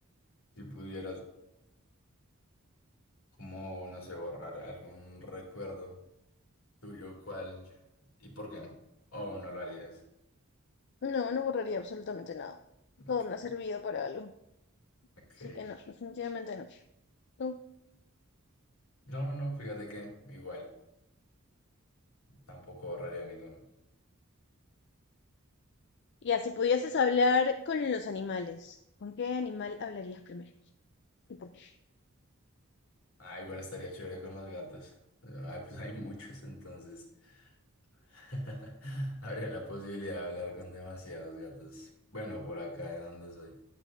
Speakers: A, on the left; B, on the left.
A: Si pudieras, como, no sé, borrar algún recuerdo tuyo, ¿cuál y por qué? ¿O no lo harías?
B: No, no borraría absolutamente nada.
A: Ok.
B: Todo me ha servido para algo.
A: ok.
B: Así que no, definitivamente no. ¿Tú?
A: No, no, no, fíjate que igual, tampoco borraría ninguno.
B: Ya, si pudieses hablar con los animales, ¿con qué animal hablarías primero? ¿Y por qué?
A: Ah, igual estaría chévere con los gatos. Ay, pues hay muchos, entonces <laughs> habría la posibilidad de hablar con demasiados gatos. Bueno, por acá de donde soy.